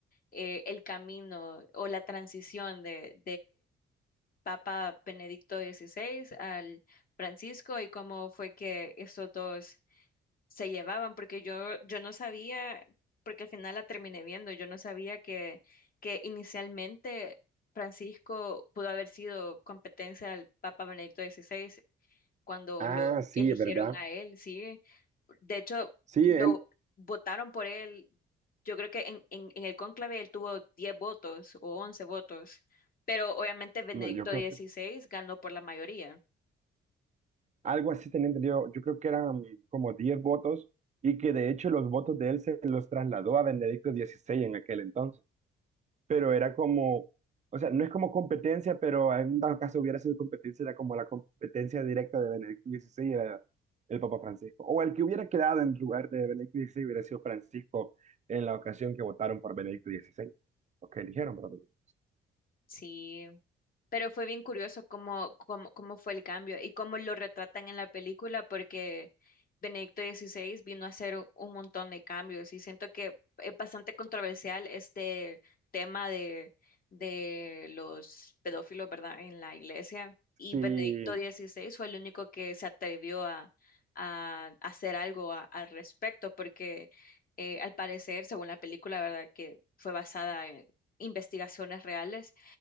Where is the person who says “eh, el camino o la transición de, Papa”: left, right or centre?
Left